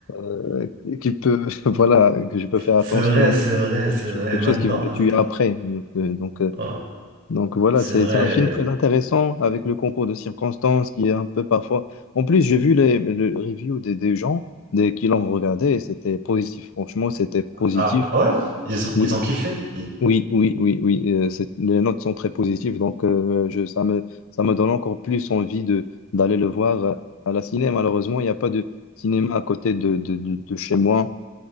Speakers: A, on the left; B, on the right.
A: euh, qui peut, <laughs> voilà, que je peux faire
B: C'est
A: attention,
B: vrai, c'est vrai, c'est
A: que je-
B: vrai.
A: quelque
B: Maintenant,
A: chose qui va me
B: euh,
A: tuer après. Donc, euh, donc, euh,
B: ouais,
A: donc voilà,
B: c'est
A: c'est
B: vrai.
A: c'est un film très intéressant avec le concours de circonstances qui est un peu parfois. En plus, j'ai vu les, les reviews des, des gens des, qui l'ont regardé et c'était positif. Franchement, c'était positif.
B: Ah ouais? Ils ont,
A: Oui,
B: ils ont kiffé? Ils-
A: oui, oui, oui, oui. Euh, c'est- les notes sont très positives. Donc euh, je, ça me, ça me donne encore plus envie de, d'aller le voir euh, à la ciné. Malheureusement, il n'y a pas de cinéma à côté de, de, de, de chez moi.